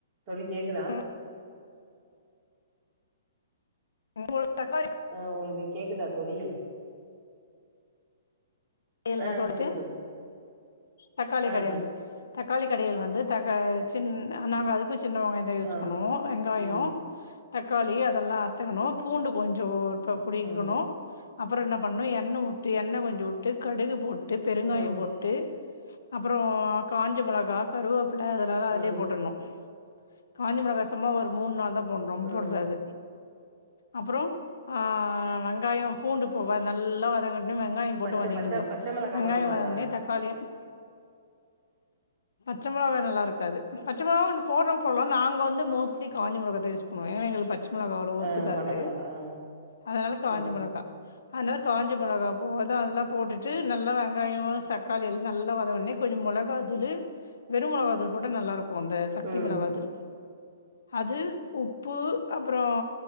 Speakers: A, on the right; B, on the left.
A: தோழி கேக்குதா?
B: ம் ஒரு தக்காளி
A: ஆ உங்களுக்கு கேக்குதா தோழி
B: இல்ன
A: ஆ
B: சொல்லிட்டு
A: சொல்லுங்க தோழி.
B: தக்காளி
A: ஆ
B: கடையல்
A: சொல்லு
B: தக்காளி கடையல் வந்து தக்கா சின் நாங்க அதுக்கு சின்ன வெங்காயோ தா யூஸ்
A: ஆ.
B: பண்ணுவோ வெங்காயோ
A: ம்.
B: தக்காளி அதெல்லா அறுத்துக்கணு பூண்டு கொஞ்சோ ஷோ குடிக்கணு
A: ம்.
B: அப்றோ என்ன பண்ணணு எண்ணெய் உட்டு எண்ணெய் கொஞ்சோ உட்டு கடுகு போட்டு போட்டு பெருங்காயோ
A: ம்.
B: போட்டு அப்றோ காஞ்ச மொளகா கருவேப்பிலை அதெலெல்லா அதுலே
A: ம்.
B: போட்டுடணு காஞ்சி மொளகா‌ சும்மா ஒரு மூணு நாலு தா போடணு ரொம்ப
A: ம்.
B: போடக்கூடாது அப்றோ ஆ வெங்காயோ பூண்டு போக நல்லா வதங்கனுட்டு வெங்காயோ
A: பச்ச
B: வதங்கிடணு
A: பச்ச பச்ச மிளகா
B: வெங்காயோ
A: போடக்கூடாதா?
B: வதங்கன ஒன்னே தக்காளி பச்ச மொளகா நல்லா இருக்காது பச்சமொளகா போடுரவங்க போடுலா நாங்க வந்து மோஸ்ட்லி காஞ்சமிளகா தா யூஸ் பண்ணுவோ ஏன்னா எங்களுக்கு பச்ச மொளகா அவ்வளோ ஒத்துக்கா
A: ஆ பட்ட
B: து
A: மிளகா ஆ
B: அதனால் காஞ்ச
A: ம்
B: மொளகா தா அதுனால காஞ்ச மிளகா போ அதல்லா அதல்லா போட்டுட்டு நல்லா வெங்காயோ தக்காளி எல்லா நல்லா வதங்கின ஒன்னே கொஞ்சோ மொளகா தூள் வெறுமிளகாதூள் போட்டா நல்லா இருக்கு அந்த சக்தி
A: ம்
B: மொளகா தூள் அது உப்பு அப்புறோ